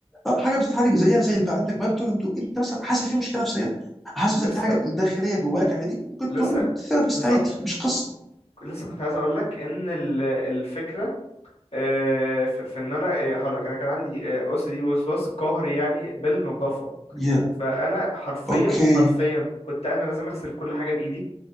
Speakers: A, in the centre; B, on the left.
A: آه، حاجه بتتعالج زيها زي اللي بقى عندك برضه انت مثلا حاسس في مشكله نفسيه حاسس
B: لسه
A: ان في حاجه داخليه جواك عادي ممكن
B: لسه
A: تقول ثيرابيست
B: بالظبط
A: عادي مش قصه
B: لسه كنت عايز اقول لك ان ال- الفكره آه، في في ان انا آه، هقول لك انا كان عندي او سي دي وسواس قهري يعني بالنظافه
A: يا
B: فانا حرفيا
A: اوكي
B: حرفيا كنت انا لازم اغسل كل حاجه بايدي